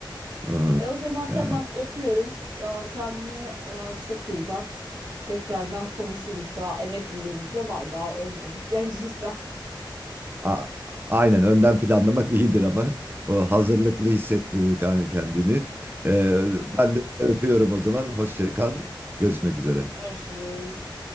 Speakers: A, on the right; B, on the right.
A: Hı hı.
B: E o zaman
A: Yani.
B: tamam öpüyorum. E, Kendine e, çok iyi bak. Tekrardan konuşuruz. Daha emekliliğimiz de var. Daha ölmedik genciyiz daha.
A: A- Aynen önden planlamak iyidir ama o hazırlıklı hissettirir kan- kendini. Ee, ben de öpüyorum o zaman. Hoşça kal. Görüşmek üzere.
B: <laughs> Görüşürüz.